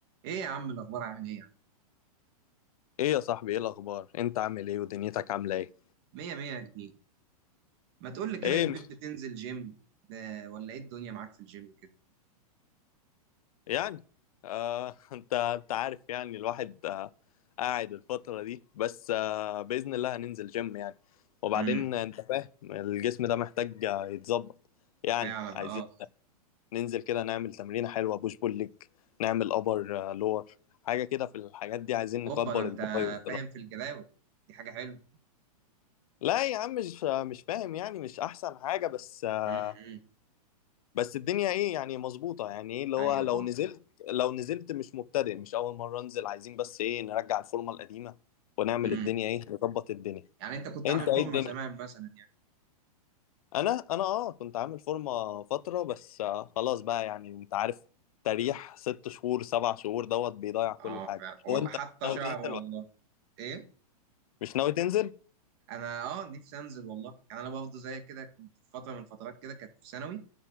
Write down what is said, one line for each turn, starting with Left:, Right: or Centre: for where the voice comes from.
Right: ايه يا عم الاخبار عامل ايه يا عم
Left: ايه يا صاحبي ايه الاخبار انت عامل ايه ودنيتك عامله ايه
Right: مية مية يا كبير ما تقول لي كده
Left: ايه
Right: يا كبير
Left: مش
Right: بتنزل جيم ده ولا ايه الدنيا معاك في الجيم كده
Left: يعني آه <laughs> انت انت عارف يعني الواحد آه قاعد الفتره دي بس آه باذن الله هننزل جيم يعني وبعدين
Right: امم
Left: انت فاهم الجسم ده محتاج آه، يتظبط يعني
Right: فعلا
Left: عايزين
Right: اه
Left: ننزل كده نعمل تمرينه حلوه بوش بول ليج نعمل ابر لور حاجه كده في الحاجات دي عايزين
Right: اوبا
Left: نكبر
Right: ده انت
Left: الباي والتراي
Right: فاهم في الجداول دي حاجة حلوة
Left: لا يا عم مش مش فاهم يعني مش احسن حاجه بس آه،
Right: امم
Left: بس الدنيا ايه يعني مظبوطه يعني ايه اللي
Right: ايوه
Left: هو لو
Right: اه
Left: نزلت لو نزلت مش مبتدئ مش اول مره انزل عايزين بس ايه نرجع الفورمه القديمه ونعمل
Right: امم
Left: الدنيا ايه نظبط الدنيا
Right: يعني انت كنت
Left: انت
Right: عامل
Left: ايه
Right: فورمة
Left: الدنيا
Right: زمان مثلا يعني
Left: انا انا اه كنت عامل فورمه فتره بس آه خلاص بقى يعني انت عارف تريح ست شهور سبع شهور دوت بيضيع كل
Right: اه
Left: حاجه
Right: فعلا والله
Left: وانت
Right: حتى
Left: مش ناوي
Right: شعر
Left: تنزل
Right: والله
Left: ولا
Right: ايه
Left: مش ناوي تنزل
Right: انا اه نفسي انزل والله يعني انا برضه زي كده كنت في فتره من فترات كده كانت في ثانوي